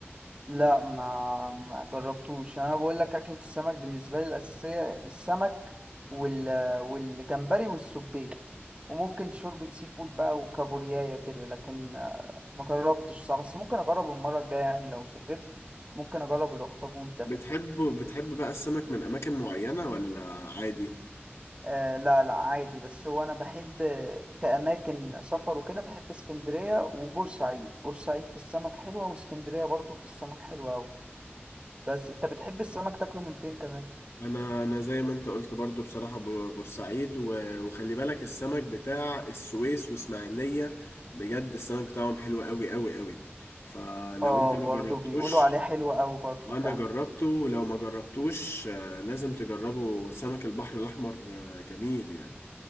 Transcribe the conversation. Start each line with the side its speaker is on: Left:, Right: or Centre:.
Right: لا ما ما جربتوش يعني انا بقول لك اكلة السمك بالنسبة لي الأساسية السمك وال والجمبري والسبيت وممكن شوربة سي فود بقى وكابوريايا كده لكن آه، ما جربتش صح بس ممكن اجرب المرة الجاية يعني لو سافرت ممكن اجرب الاخطبوط ده
Left: بتحب بتحب بقى السمك من اماكن معينة ولا عادي
Right: آه لا لا عادي بس هو انا بحب آه، كأماكن سفر وكده بحب اسكندرية وبورسعيد بورسعيد في السمك حلوة واسكندرية برضو في السمك حلوة أوي بس انت بتحب السمك تاكله من فين كمان
Left: انا انا زي ما انت قلت برضو بصراحة ب- بورسعيد و- وخلي بالك السمك بتاع السويس واسماعيلية بجد السمك بتاعهم حلو قوي قوي قوي فلو
Right: اه
Left: انت ما
Right: برضو
Left: جربتوش
Right: بيقولوا عليه حلو قوي برضو
Left: انا
Right: فعلا
Left: جربته ولو ما جربتوش آه، لازم تجربه سمك البحر الاحمر آه، جميل يعني